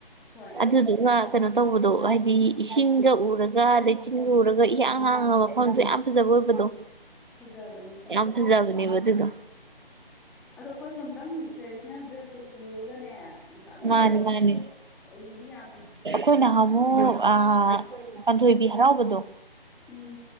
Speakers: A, in the centre; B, on the right.
A: ꯍꯣꯏ
B: ꯑꯗꯨꯗꯨꯒ ꯀꯩꯅꯣ ꯇꯧꯕꯗꯣ ꯍꯥꯏꯗꯤ ꯏꯁꯤꯡꯒ ꯎꯔꯒ ꯂꯩꯆꯤꯟꯒ ꯎꯔꯒ ꯏꯍꯥꯡ ꯍꯥꯡꯉ ꯃꯐꯝꯗꯣ ꯌꯥꯝ__ ꯐꯖꯕ ꯑꯣꯏꯕꯗꯣ
A: <inaudible> ꯆꯨꯝꯃꯦ
B: ꯌꯥꯝ ꯐꯖꯕꯅꯦꯕ ꯑꯗꯨꯨꯗꯣ
A: ꯑꯗꯣ ꯑꯩꯈꯣꯏꯁꯨ ꯑꯝꯇꯪ ꯇ꯭ꯔꯦꯗꯤꯁꯅꯦꯜ ꯗ꯭ꯔꯦꯁꯇꯨ ꯄꯨꯔꯒꯅꯦ ꯑꯃꯨꯛꯇꯪ
B: ꯃꯥꯅꯤ
A: ꯑꯩꯈꯣꯏ ꯍꯧꯅꯔꯒ
B: ꯃꯥꯅꯤ
A: ꯇꯧꯔꯨꯕꯗꯤ ꯌꯥꯕꯅꯦꯁꯦ
B: ꯑꯩꯈꯣꯏ ꯅꯍꯥꯟꯃꯨꯛ ꯑꯥ ꯄꯥꯟꯊꯣꯏꯕꯤ ꯍꯔꯥꯎꯕꯗꯣ
A: ꯎꯝ